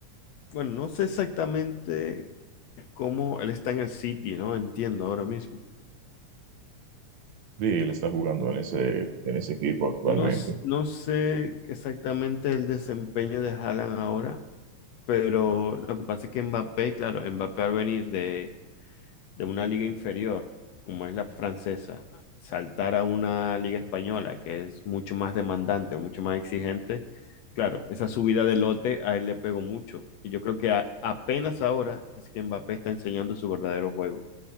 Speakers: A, on the left (about 70°); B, on the right (about 75°).
A: bueno, no sé exactamente cómo él está en el City, ¿no? Entiendo ahora mismo.
B: Sí, él está jugando en ese, en ese equipo actualmente.
A: No, s- no sé exactamente el desempeño de Haaland ahora, Pero lo que pasa es que Mbappé, claro, Mbappé al venir de, de una liga inferior, como es la francesa, saltar a una liga española que es mucho más demandante, mucho más exigente, claro, esa subida de lote a él le pegó mucho. Y yo creo que a- apenas ahora es que Mbappé está enseñando su verdadero juego.